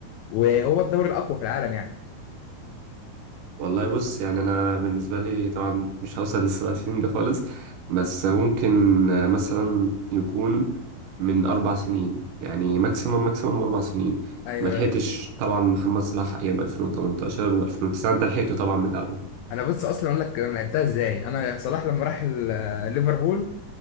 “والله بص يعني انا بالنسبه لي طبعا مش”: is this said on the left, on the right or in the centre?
Right